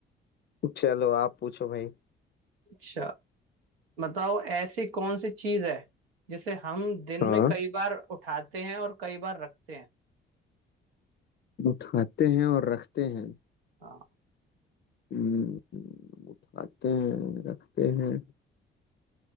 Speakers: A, on the left (about 35°); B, on the right (about 80°).
A: चलो आप पूछो भाई
B: अच्छा बताओ ऐसी कौन सी चीज है जिसे हम दिन
A: हाँ
B: में कई बार उठाते हैं और कई बार रखते हैं
A: उठाते हैं और रखते हैं
B: हाँ।
A: हम्म, उठाते हैं रखते हैं